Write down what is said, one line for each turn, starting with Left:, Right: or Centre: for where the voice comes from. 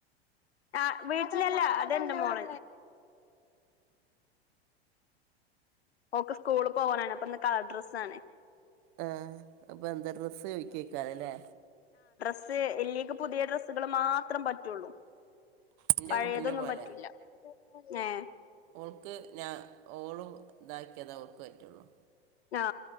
Left: ആ വീട്ടിലല്ല അതന്റെ മോള ഓൾക്കെ സ്കൂളിൽ പോവാനണ് അപ്പൊ ഇന്ന് കളർ ഡ്രസ്സ് ആണ്
Right: ആ അപ്പൊ എന്താ ഡ്രസ്സ് ഒതുക്കി വെക്കാനല്ലേ
Left: ഡ്രസ് എല്ലേക്ക് പുതിയ ഡ്രസ്സുകള് മാത്രം പറ്റുള്ളൂ
Right: എൻ്റെ
Left: പഴയതൊന്നും
Right: കൂട്ടിൻ്റെ പോലെ
Left: പറ്റില്ല ആ
Right: ഓൾക്ക് ഞാ ഓള് ഇതാക്കിയത അവർക്ക് പറ്റുള്ളൂ
Left: ആ